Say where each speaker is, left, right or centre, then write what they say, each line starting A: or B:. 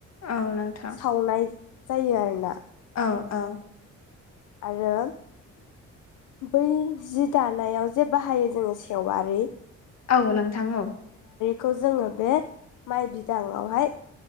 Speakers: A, on the left (about 60°); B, on the left (about 80°).
A: औ नोंथां
B: सावनाय जायो आरो ना
A: औ औ
B: आरो बै जि दानायाव जे बाहायो जोङो सेवारि
A: औ नोंथां औ
B: खौ जोङो बे माइ बिदाङावहाय